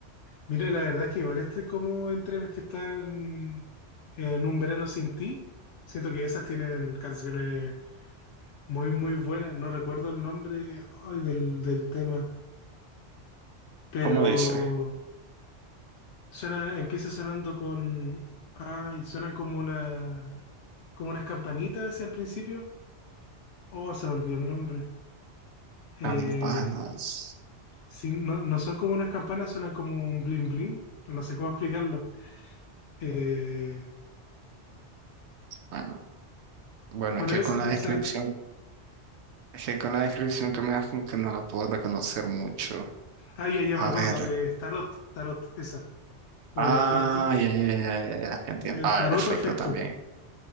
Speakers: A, on the left; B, on the right.
A: Mira, la verdad es que igual este como entre las que están en Un Verano Sin Ti. Siento que esas tienen canciones Muy, muy buena. No recuerdo el nombre ay, del, del tema, pero
B: ¿Cómo dice?
A: suena, empieza sonando con, ay, suenan como una, como unas campanitas hacia el principio. Oh, se me olvidó el nombre. Eh,
B: Campanas.
A: sí, no, no son como unas campanas, suenan como un bling bling. No sé cómo explicarlo. Eh,
B: Bueno, bueno,
A: bueno,
B: es que
A: esa,
B: con
A: esa.
B: la descripción, es que con la descripción que me das como que no la puedo reconocer mucho.
A: Ah, ya, ya
B: A
A: me acuerdo.
B: ver.
A: eh, es tarot, tarot, esa. O
B: Ah,
A: era efecto.
B: ya, ya, ya, ya, ya, entiendo.
A: eh,
B: Ah,
A: tarot
B: el efecto
A: o efecto,
B: también.